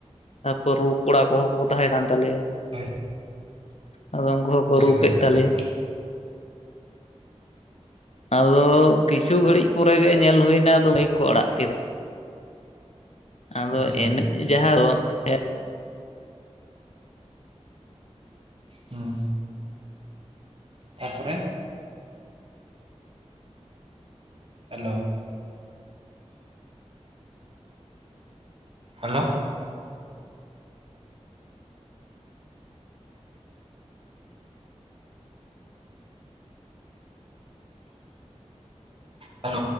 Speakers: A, on the left; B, on the right.
A: ᱛᱟᱯᱚᱨ ᱨᱩ ᱠᱚᱲᱟ ᱠᱚᱦᱚᱸ ᱠᱚ ᱛᱟᱦᱮᱸ ᱠᱟᱱ ᱛᱟᱞᱮᱭᱟ
B: ᱦᱳᱭ
A: ᱟᱫᱚ ᱩᱱᱠᱩ ᱦᱚᱸ ᱠᱚ
B: ᱮᱠᱫᱚᱢ
A: ᱨᱩ ᱠᱮᱫ ᱛᱟᱞᱮᱭᱟ
B: ᱮᱠᱫᱚᱢ
A: ᱟᱫᱚ ᱠᱤᱪᱷᱩ ᱜᱷᱟᱹᱲᱤᱡ ᱯᱚᱨᱮ ᱜᱮ ᱧᱮᱞ ᱦᱩᱭᱱᱟ ᱟᱫᱚ ᱢᱟᱹᱭᱤᱠ ᱠᱚ ᱟᱲᱟᱜ ᱠᱮᱫᱟ ᱟᱫᱚ
B: ᱟᱪᱪᱷᱟ
A: ᱮᱱᱮᱡ ᱡᱟᱦᱟᱸ ᱮᱸ
B: ᱦᱩᱸ ᱛᱟᱯᱚᱨᱮ ᱦᱮᱞᱳ ᱦᱮᱞᱳ ᱦᱮᱞᱳ